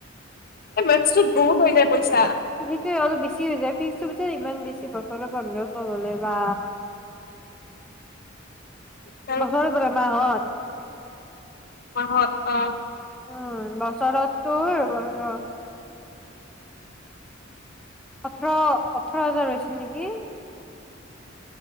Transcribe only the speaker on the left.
এই মেথছ টোত বহুত হৈ যায় পইচা
তেৰ
মাহত, অ